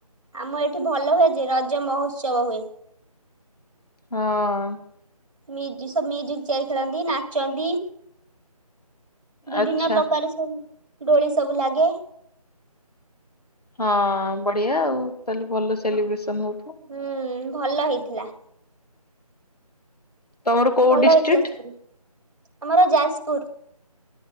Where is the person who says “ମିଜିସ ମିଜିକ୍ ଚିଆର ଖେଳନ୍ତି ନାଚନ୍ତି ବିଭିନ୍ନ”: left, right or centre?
Right